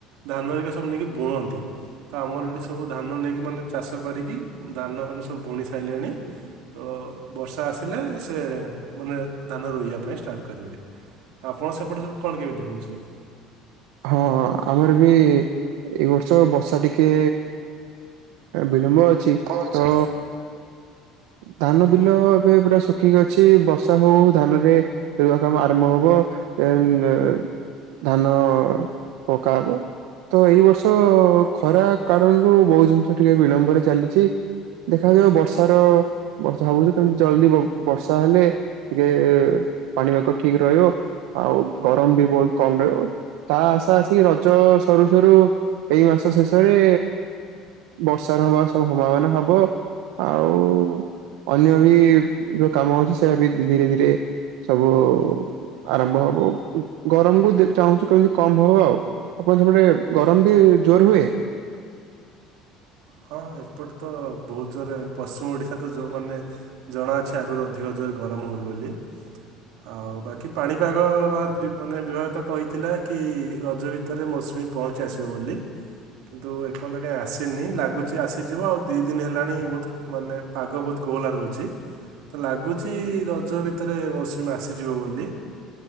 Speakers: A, on the right; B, on the right.
A: ଧାନ ହେରିକା ସବୁ ନେଇକି ବୁଣନ୍ତି <unintelligible> ସବୁ ଧାନ ନେଇକି ମାନେ ଚାଷ କରିକି ଧାନ ମାନ ସବୁ ବୁଣି ସାରିଲେଣି। ତ ବର୍ଷା ଆସିଲେ ସେ ମାନେ ଧାନ ରୋଇବା ପାଇଁ ଷ୍ଟାର୍ଟ କରିବେ। ଆପଣ ସେପଟେ ସବୁ କଣ କେମିତି ହେଉଛି?
B: ହଁ ଆମର ବି ଏ ବର୍ଷ ବର୍ଷା ଟିକେ ବିଳମ୍ବ ଅଛି
A: ଅଛି
B: ତ ଧାନ ବିଲ ଏବେ ପୁରା ଶୁଖିକି ଅଛି ବର୍ଷା ହଉ ହଉ ଧାନରେ <unintelligible> କାମ ଆରମ୍ଭ ହବ <unintelligible> ଧାନ। ପକା ହବ। ତ ଏଇ ବର୍ଷ ଖରା କାରଣରୁ ବୋଉ ଜିନିଷ ଟିକେ ବିଳମ୍ବରେ ଚାଲିଛି। ଦେଖାଯାଉ ବର୍ଷାର ବର୍ଷା ଭାବୁଛି କେମତି ଜଲଦି ବର୍ଷା ହେଲେ ଟିକେ ପାଣିପାଗ ଠିକ୍ ରହିବ ଆଉ ଗରମ ବି ବହୁତ କମ୍ ରହିବ। ତା ଆଶା ଆସିକି ରଜ ସରୁ ସରୁ ଏଇ ମାସ ଶେଷରେ ବର୍ଷାର ବା ସବୁ ହବା ମାନେ ହବ। ଆଉ ଅନ୍ୟ ବି ଯୋଉ କାମ ଅଛି ସେଆ ବି ଧୀରେ ଧୀରେ ସବୁ ଆରମ୍ଭ ହବ ଗରମକୁ ଚାହୁଁଛୁ କେମିତି? କମ ଭବ ଆଉ ଆପଣ ସେପରେ ଗରମ ବି ଜୋର ହୁଏ?
A: ହଁ ଏପଟେ ତ ବହୁତ ଜୋରେ ପଶ୍ଚିମ ଓଡ଼ିଶା ତ ଯୋଉମାନେ ଜଣା ଅଛି ଆଗରୁ ଅଧିକ ଜୋରେ ଗରମ ହୁଏ ବୋଲି। ଆଉ ବାକି ପାଣିପାଗ ବା ମାନେ ବିଭାଗ ତ କହିଥିଲା କି ରଜ ଭି ତରେ ମୌସୁମୀ ପହଞ୍ଚି ଆସିବ ବୋଲି କିନ୍ତୁ ଏପର୍ଯ୍ୟନ୍ତ କାଇଁ ଆଶିନି ଲା ଗୁଛି ଆସିଯିବ ଆଉ ଦି ଦିନ ହେଲାଣି ବହୁତ୍ ମାନେ ପାଗ ବହୁତ କୋହଲା ରହୁଛି। ତ ଲାଗୁଛି ରଜ ଭିତରେ ମୌସୁମୀ ଆସିଯିବ ବୋଲି?